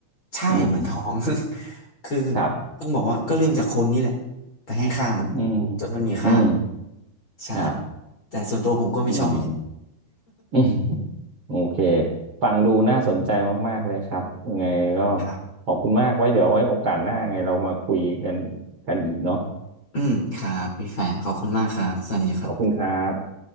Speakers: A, on the left (about 35°); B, on the right (about 50°).
A: ใช่เหมือนทอง
B: อืม
A: <laughs> คือ
B: ครับ
A: ต้องบอกว่าก็เริ่มจากคนนี่แหละไปให้ค่ามัน
B: อืม
A: จนมันมีค่า
B: อืม
A: ใช่
B: ครับ
A: แต่ส่วนตัวผมก็ไม่ชอบอยู่ดี
B: อืมอืม <laughs> โอเคฟังดูน่าสนใจมากๆเลยครับยังไงก็
A: <laughs> ครับ
B: ขอบคุณมากไว้เดี๋ยวไว้โอกาสหน้าไงเรามาคุยกันกันอีกเนาะ
A: อืมครับพี่แฟร์ขอบคุณมากครับ สวัสดีครับ
B: ขอบคุณครับ